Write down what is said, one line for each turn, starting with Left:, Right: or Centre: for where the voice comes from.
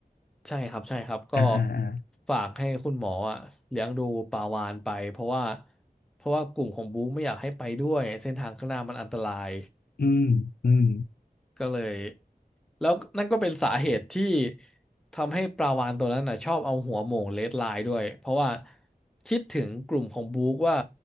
Centre: ใช่ครับใช่ครับก็
Left: อ่าอ่าอ่า
Centre: ฝากให้คุณหมออ่ะเลี้ยงดูปาวานไปเพราะว่าเพราะว่ากลุ่มของบู๊ไม่อยากให้ไปด้วยเส้นทางข้างหน้ามันอันตราย
Left: อืมอืม
Centre: ก็เลยแล้วนั่นก็เป็นสาเหตุที่ทำให้ปลาวาฬตัวนั้นนะชอบเอาหัวโหม่งเลดไลน์ด้วยเพราะว่าคิดถึงกลุ่มของบุ๊กว่า